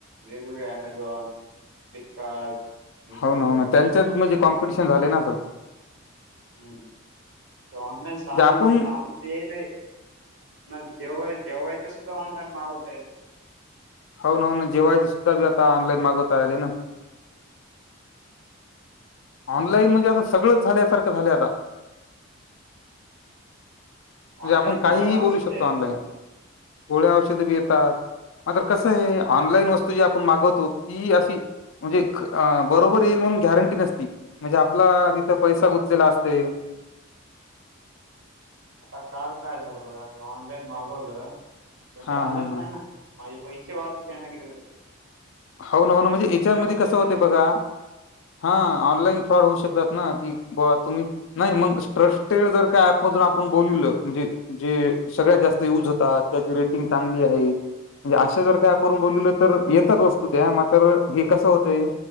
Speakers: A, on the right; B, on the left.
A: वेगवेगळे अमेझॉन, फ्लिपकार्ट मिशो
B: होना होना त्यांच्यात म्हणजे कॉम्पिटिशन झाले ना अस
A: हम हम ते ऑनलाईन सामान
B: जे आपण
A: ते सामान त यायलय ना जेवायच जेवायच सुद्धा ऑनलाईन मागवता येत
B: होन हो ना जेवायच सुद्धा बी आता ऑनलाइन मागवता आले ना ऑनलाईन म्हणजे असं सगळंच झाल्यासारखं झालय आता म्हणजे
A: ऑनलाईन
B: आपण काहीही
A: गोळ्या
B: बोलू
A: औषधं
B: शकतो
A: येतात
B: ऑनलाईन गोळ्या औषधे बी येतात मात्र कसं आहे ऑनलाईन वस्तू जी आपण मागवतो ती अशी म्हणजे बरोबर येईल म्हणून गॅरंटी नसती म्हणजे आपला तिथं पैसा गुतलेला असतय.
A: आता काल काय झालं बघा मी ऑनलाईन मागवलं पण
B: हा
A: ते आलंच
B: हा
A: नाही ना माझे पैसे वापस नाही ना केले अजून
B: हो ना हो ना, म्हणजे याच्यामध्ये कसं
A: त्याच्यामुळे
B: होते बघा हा, ऑनलाईन फ्रॉड होऊ शकत ना, की बा तुम्ही नाही मग स्ट्रस्टेड जर का ऍपमधून आपण बोलविलं, म्हणजे जे सगळ्यात
A: हा
B: जास्त युज होतात. त्याची रेटिंग चांगली आहे, म्हणजे अशा जर का एप वरून बोलविलं तर, येतात वस् तू त्या मातर, हे कसं होतंय